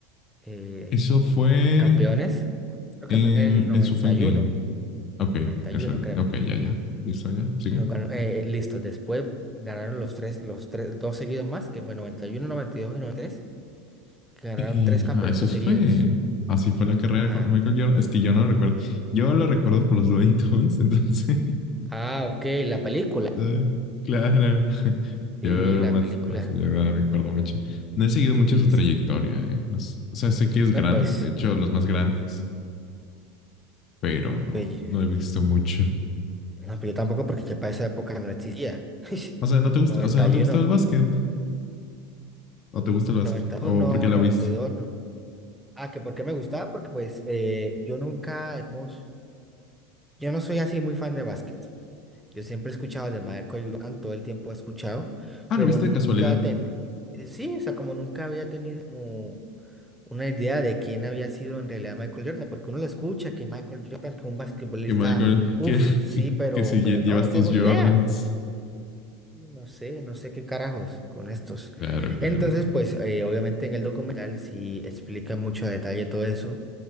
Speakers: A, in the centre; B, on the left.
A: eh,
B: Eso fue
A: de campeones. Creo
B: en.
A: que fue en el noventa
B: Eso fue en
A: y
B: quién.
A: uno
B: Ok,
A: noventa
B: eso.
A: y uno creo.
B: Ok, ya, ya. Listo, ya. Sigue.
A: Nos ganó- eh, listo, después ganaron los tres, los tres, dos seguidos más, que fue noventa y uno noventa y dos y y noventa y tres que ganaron
B: Y
A: tres campeonatos
B: ah, eso fue.
A: seguidos.
B: Así fue la carrera
A: Ajá.
B: con Michael Jordan. Es que yo no lo recuerdo. Yo lo recuerdo por los Looney Tunes, <laughs> entonces.
A: Ah, ok, la película.
B: Sí, Claro, <laughs> yo
A: Sí, la
B: más,
A: película.
B: más, yo no me acuerdo mucho. No he seguido mucho
A: Sí,
B: su trayectoria,
A: sí.
B: ¿eh? No s- o sea, sé que es
A: No,
B: grande,
A: pues,
B: de hecho, los más grandes, pero no,
A: pues,
B: no
A: yo-
B: he visto mucho.
A: no, pues yo tampoco porque ya para esa época no existía. <laughs>
B: O sea, ¿no te gusta,
A: noventa
B: o sea, no
A: noventa y
B: te gusta
A: y uno
B: el básquet? ¿O te gusta el básquet?
A: noventa
B: ¿O
A: y uno
B: por qué la
A: noventa
B: viste?
A: y dos no. Ah, que por qué me gustaba, porque pues eh, yo nunca, hemos Yo no soy así muy fan de básquet. Yo siempre he escuchado de Michael Jordan, todo el tiempo he escuchado,
B: Ah,
A: pero
B: la viste
A: nunca
B: de casualidad.
A: ten... eh, sí, o sea, como nunca había tenido como una idea de quién había sido en realidad Michael Jordan, porque uno le escucha que Michael Jordan, que un basquetbolista,
B: Que Michael,
A: uff,
B: que,
A: sí,
B: que,
A: pero,
B: que si lle-
A: pero no,
B: llevas
A: no
B: tus
A: tengo
B: Jordans.
A: ni idea. Y No sé, no sé qué carajos con estos.
B: Claro, claro.
A: Entonces, pues, eh, obviamente en el documental sí explican mucho a detalle todo eso